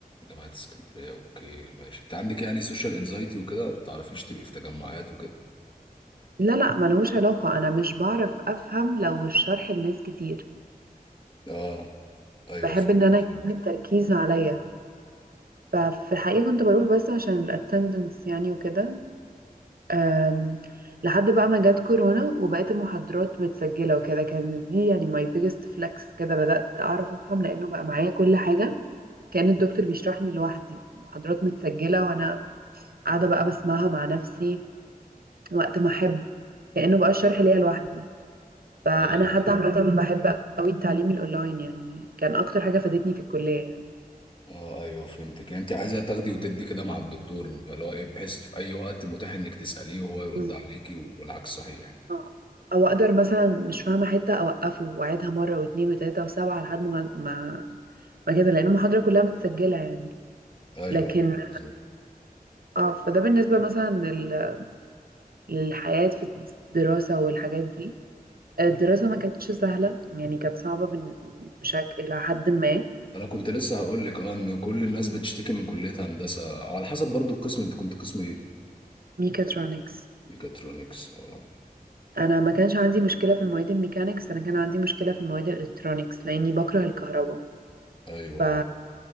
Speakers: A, on the left; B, on the right.
A: جامعه اسكندريه اوكي ماشي انت عندك يعني سوشيال انزايتي وكده ما بتعرفيش تبقي في تجمعات وكده
B: لا لا ملهوش علاقة أنا مش بعرف أفهم لو الشرح لناس كتير
A: اه ايوه
B: بحب
A: فهمت
B: إن أنا يكون
A: فهمت
B: التركيز عليا ففي الحقيقة كنت بروح بس عشان الاتندنس يعني وكده أم، لحد بقى ما جت كورونا وبقيت المحاضرات متسجلة وكده كانت دي يعني my biggest flex كده بدأت أعرف أفهم لأنه بقى معايا كل حاجة كأن الدكتور بيشرحني لوحدي المحاضرات متسجلة وأنا قاعدة بقى بسمعها مع نفسي وقت ما أحب كأنه بقى الشرح ليا لوحدي فانا
A: اه
B: حتى
A: فهمت
B: عامه بحب قوي التعليم الاونلاين يعني كان اكتر حاجه فادتني في الكليه يعني
A: اه ايوه فهمتك يعني انت عايزه تاخدي وتدي كده مع الدكتور اللي هو ايه بحيث في اي وقت متاح انك تساليه وهو يرد
B: مم.
A: عليكي والعكس صحيح
B: آه. او اقدر مثلا مش فاهمه حته اوقفه واعيدها مره واثنين وثلاثه وسبعه لحد ما ما ما كده لان المحاضره كلها متسجله يعني
A: ايوه
B: لكن
A: ايوه بالظبط
B: اه فده بالنسبه مثلا لل... للحياه في الدراسه والحاجات دي الدراسه ما كانتش سهله يعني كانت صعبه بن... بشكل الى حد ما
A: انا كنت لسه هقول لك اه ان كل الناس بتشتكي من كليه هندسه او على حسب برضو القسم انت كنت قسم ايه
B: ميكاترونكس
A: ميكاترونكس اه
B: انا ما كانش عندي مشكله في المواد الميكانيكس انا كان عندي مشكله في المواد الالكترونيكس لاني بكره الكهرباء
A: ايوه
B: ف...
A: اه